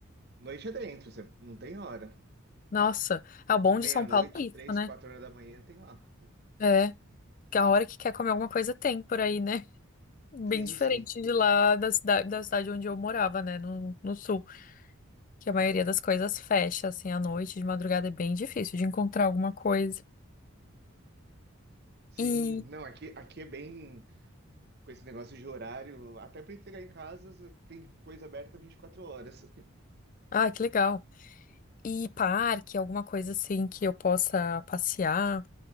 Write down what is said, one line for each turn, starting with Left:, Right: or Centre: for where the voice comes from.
Right: noite é dentro, você não tem hora.
Left: Nossa, é o bom
Right: Meia-noite,
Left: de São Paulo é isso,
Right: três,
Left: né?
Right: quatro horas da manhã, tem lá.
Left: É, que a hora que quer comer alguma coisa tem por aí, né? Bem
Right: Sim,
Left: diferente
Right: sim.
Left: de lá da cidade, da cidade onde eu morava, né? No, no sul, que a maioria das coisas fecha, assim, à noite, de madrugada é bem difícil de encontrar alguma coisa.
Right: Sim,
Left: E,
Right: não, aqui, aqui é bem. com esse negócio de horário, até para entregar em casa, tem coisa aberta 24 horas.
Left: ah, que legal. E parque, alguma coisa assim que eu possa passear,